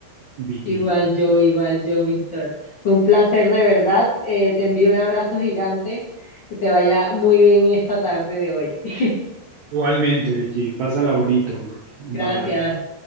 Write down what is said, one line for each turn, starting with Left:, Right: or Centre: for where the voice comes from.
Right: Vicky.
Left: Igual yo, igual yo, Víctor. Fue un placer de verdad. Eh, te envío un abrazo gigante. Que te vaya muy bien esta tarde de hoy. <laughs>
Right: Igualmente, Vicky, pásala bonito. Bye
Left: Gracias.
Right: bye.